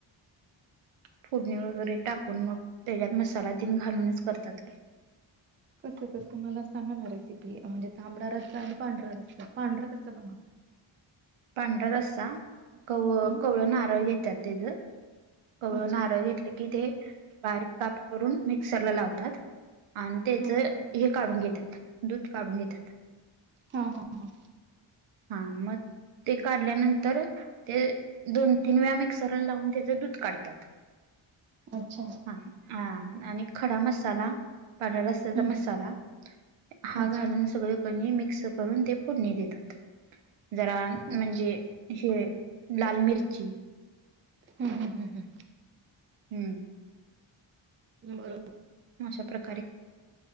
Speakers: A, on the right (about 80°); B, on the right (about 30°).
A: फोडणी वगैरे टाकून मग त्याच्यात मसाला तेन घालूनच करतात की,
B: कसं कसं मला सांगा ना रेसिपी म्हणजे तांबडा रस्सा आणि पांढरा रस्सा पांढरा कसं बनवतात?
A: पांढरा रस्सा कव
B: हम्म
A: कवळं नारळ घेतात त्येज, कवळं
B: अच्छा
A: नारळ घेतलं की ते बारीक काप करून मिक्सरला लावतात. आणि त्येच
B: हा
A: हे
B: हा
A: काढून घेत्यात दूध काढून घेत्यात.
B: हा हा हा,
A: हा मत, ते काढल्यानंतर ते दोन तीन वेळा मिक्सरला लावून त्याच दुध काढतात.
B: अच्छा,
A: हा आणि खडा मसाला, पांढर्या रस्स्याचा
B: हम्म हम्म
A: मसाला हा
B: अच्छा
A: घालून सगळ, कणी मिक्स करून ते फोडणी देतात जरा
B: अच्छा
A: म्हणजे, हे लाल मिरची,
B: हम हम हम हम,
A: हम्म,
B: हं बरं,
A: अशा प्रकारे